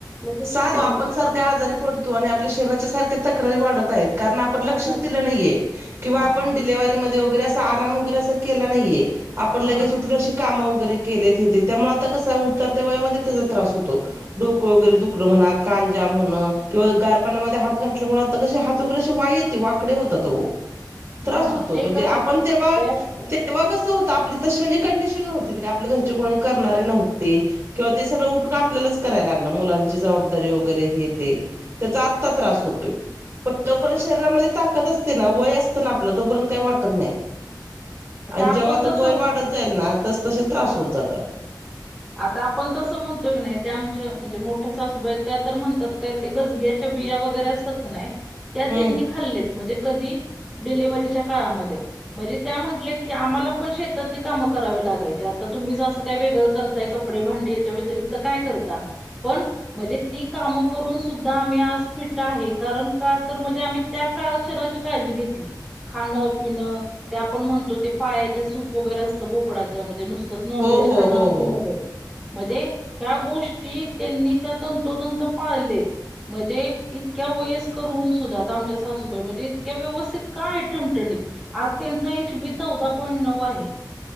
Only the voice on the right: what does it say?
साध
आपण
सारख्या आजारी पडतो आणि आपल्या शरीराच्या सारख्या तक्रारी वाढत आहेत. कारण आपण
लक्षच
दिलं नाहीये किंवा
आपण
डिलेवारी मध्ये वगैरे असं आराम वगैरे असं केला नाहीये. आपण
लगेच उठून अशी काम वगैरे केलेत हे ते. त्यामुळे आता कसं उतरत्या वयामध्ये त्याचा त्रास होतो डोकं वगैरे दु कड म्हणा कांजाम म्हण किंवा गार पाण्यामध्ये हात घातल्यामुळे आता कसे हात वगैरे असे वाय येते वाकडे होतात वो. त्रास
होतो
म्हणजे
आपण तेंव्हा
तेव्हा कसं होतं आपली तशी म्हणजे कंडिशन नव्हती म्हणजे आपल्या घरचे कोणी करणारे नव्हते. किंवा ते सगळं उठून आपल्यालाच कराय लागलं मुलांच. जबाबदारी वगैरे हे ते त्याचा आता त्रास होतोय. पण जोपर्यंत शरीरामध्ये ताकद असते ना वय असतं ना आपलं तोपर्यंत काही वाटत नाही. आणि
जेंव्हा आता
वय वाढत जाईल ना तस तसे त्रास
होत जातात.
हम्म
हो
हो
हो हो